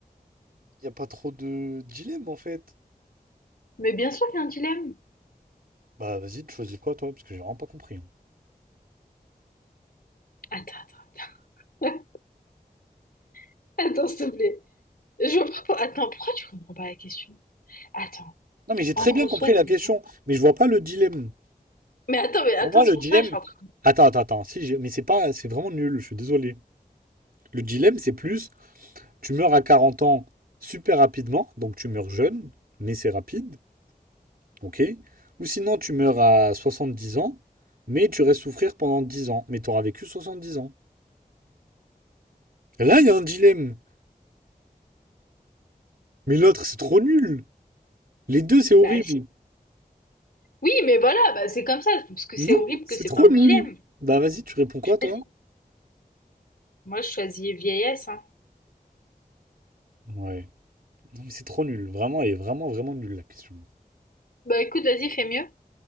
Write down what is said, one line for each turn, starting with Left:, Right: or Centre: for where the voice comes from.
Right: il n'y a pas trop de dilemme en fait.
Left: Mais bien sûr qu'il y a un dilemme.
Right: Bah, vas-y, tu choisis quoi toi? Parce que j'ai vraiment pas compris. hein.
Left: Attends, attends, attends. <laughs> Attends, s'il te plaît. Je vois pas- Attends, pourquoi tu comprends pas la question? Attends.
Right: Non, mais j'ai
Left: En
Right: très
Left: gros,
Right: bien compris
Left: soit
Right: la
Left: c'est...
Right: question, mais je vois pas le dilemme.
Left: Mais attends, mais attends,
Right: Pour moi,
Left: c'est
Right: le
Left: pour
Right: dilemme.
Left: ça que je suis en train...
Right: Attends, attends, attends. Si, j'ai- mais c'est pas, c'est vraiment nul, je suis désolé. Le dilemme, c'est plus, tu meurs à 40 ans super rapidement, donc tu meurs jeune, mais c'est rapide. OK? Ou sinon, tu meurs à 70 ans, mais tu restes souffrir pendant 10 ans. Mais tu t'auras vécu 70 ans. Et là, il y a un dilemme. Mais l'autre, c'est trop nul. Les deux, c'est horrible.
Left: Bah, Oui, mais voilà, bah, c'est comme ça, parce que
Right: Non,
Left: c'est horrible
Right: c'est
Left: que c'est
Right: trop
Left: pas un
Right: nul.
Left: dilemme.
Right: Bah, vas-y, tu réponds quoi,
Left: Tu
Right: toi?
Left: choisis. Moi, je choisis vieillesse, hein.
Right: Ouais. Non, mais c'est trop nul. Vraiment, elle est vraiment, vraiment nulle, la question.
Left: Bah écoute, vas-y, fais mieux.